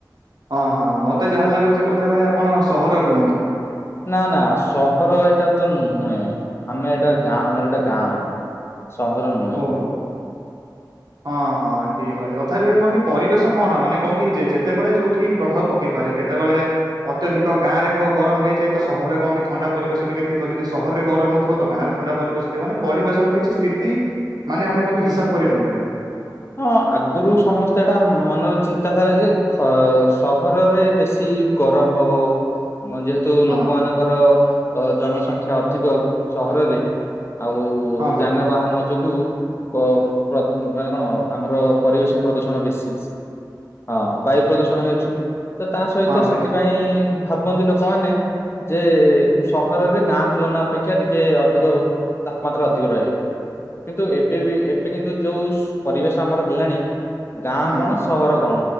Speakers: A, on the right (about 65°); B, on the left (about 35°).
A: ହଁ-ହଁ, ମୋତେ ଯାହା ଲାଗୁଛି ବୋଧେ ଭାଇ ଆପଣ ସହରରେ ରୁହନ୍ତି।
B: ନା ନା ସହର ଏଇଟା ତ ନୁହେଁ ଆମେ ଏଇଟା ଗାଁଆ ଆମର ଏଇଟା ଗାଁଆ। ସହର ନୁହଁ।
A: ଓହୋଃ। ହଁ-ହଁ, ଠିକ୍ ଅଛି ତଥାପି କଣ କି ପରିବେଶ କଣ ମାନେ କଣ କି ଯେତେବେଳେ ଯୋଉଠି ପ୍ରଭାବ ପକେଇ ପାରେ କେ କେତେବେଳେ ଅତ୍ୟଧିକ ଗାଁରେ ଗରମ ହେଇଯାଏ ତ ସହରରେ କଣ କି ଥଣ୍ଡା ପରିବେଶ ଟିକେ ଥିବ ଯଦି ସହରରେ ଗରମ ହଉ ଥିବ ତ ଗାଁରେ ଥଣ୍ଡା ପରିବେଶ ଥିବ ମାନେ ପରିବେଶର କିଛି ସ୍ଥିତି ମାନେ ଆମେ କଣ କି ହିସାବ କରିପାରିବାନି।
B: ହଁ ଆଗରୁ ସମସ୍ତେ ଏଇଟା ମନରେ ଚିନ୍ତାଧାରା ଯେ ଖ ସହରରେ ବେଶୀ ଗରମ ହବ <inaudible> ଯେହେତୁ
A: ହଁ
B: ଲୋକମାନଙ୍କର ଅ ଜନସଂଖ୍ୟା ଅଧିକ ସହରରେ ଆଉ
A: ହଁ ଭାଇ
B: ଯାନବାହାନ ଯୋଗୁ ପ୍ର ପ୍ରଦ୍ ମାନେ କଣ ଆମର ପରିବେଶ। ପ୍ରଦୂଷଣ ବେଶୀ, ହଁ ବାୟୁ ପ୍ରଦୂଷଣ ହେଉଛି ତ ତା ସହିତ
A: ହଁ ଭାଇ
B: ସେଥି ପାଇଁ-ଇ ଭାବନ୍ତି ଲୋକମାନେ ଯେ ସହରରେ ଗାଁ ତୁଲନା ଅପେକ୍ଷା ଟିକେ ଅଧିକ ତାପମାତ୍ରା ଅଧିକ ରହେ, ସୁ କିନ୍ତୁ ଏବେ ବି ଏବେ କିନ୍ତୁ ଯୋଉ ପରିବେଶ ଆମର ହେଲାଣି ଗାଁ
A: ହୁଁ।
B: କଣ ସହର କଣ।